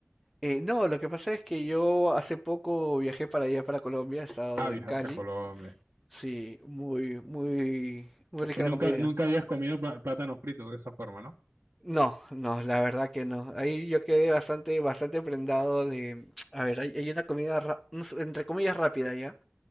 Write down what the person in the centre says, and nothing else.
Eh, no, lo que pasa es que yo hace poco viajé para allá, para Colombia, he estado
en Cali.
Sí, muy, muy, muy rica
la comida.
No, no, la verdad que no. Ahí yo quedé bastante, bastante prendado de... <tsk> A ver, hay, hay una comida, ra- no sé, entre comillas, rápida ya,